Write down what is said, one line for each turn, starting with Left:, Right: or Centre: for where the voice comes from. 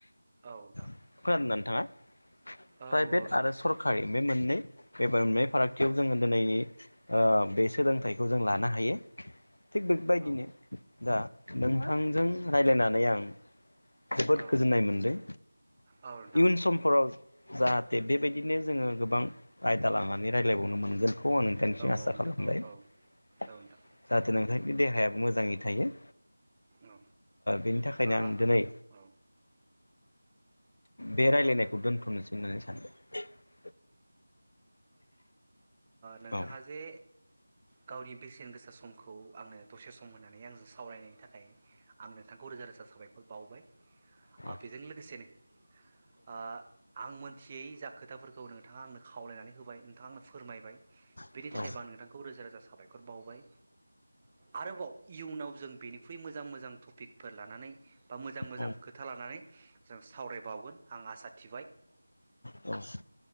Right: औ नोंथां
Left: खोनादों था नोंथाङा
Right: औ
Left: प्राइभेट
Right: नोंथां
Left: आरो सरकारि बे मोननै एबा बे फारागथियाव जोङो दोनैनि ओ बे सोलोंथाइखौ जों लानो हायो। थिग बेबायदिनो
Right: औ
Left: दा नोंथांजों रायलायनानै आं जोबोद
Right: औ
Left: गोजोननाय मोनदों।
Right: औ नोंथां
Left: इयुन समफोराव जाहाथे बेबायदिनो जोंङो गोबां आयदा लानानै रायज्लायबावनो मोनगोन बेखौ आं नोंथांनिसिम
Right: औ
Left: आसा
Right: औ नोंथां
Left: खालामबाय
Right: औ औ
Left: जाहाथे
Right: नोंथां
Left: नोंथांनि देहाया मोजांङै थायो
Right: औ
Left: बेनि थाखायनो
Right: आ
Left: आं दिनै
Right: औ
Left: बे
Right: औ
Left: राय्लायनायखौ
Right: नोंथां
Left: दोन्थ'नोसै नंनानै सानदों <unintelligible>
Right: नोंथांङा
Left: औ
Right: जे गावनि बेसेन गोसा समखौ आंङो दसे सम होननानै आंजों सावरायनायनि थाखाय आं नोंथांखौ रोजा रोजा साबाय बावबाय
Left: औ
Right: बेजों लोगोसेनो आ आं मोनथियै जा खोथाखौ फोरखौ नोंथाङा आंनो खावलायनानै होबाय नोंथाङा आंनो फोरमायबाय बेनि
Left: औ
Right: थाखायबो आं नोंथांखौ रोजा रोजा साबायखर बावबाय आरोबाव इयुनाव जों बेनिख्रुइ मोजां मोजां टपिकफोर लानानै बा मोजां मोजां
Left: औ
Right: खोथा लानानै जों सावरायबावगोन आं आसा थिबाय
Left: औ औ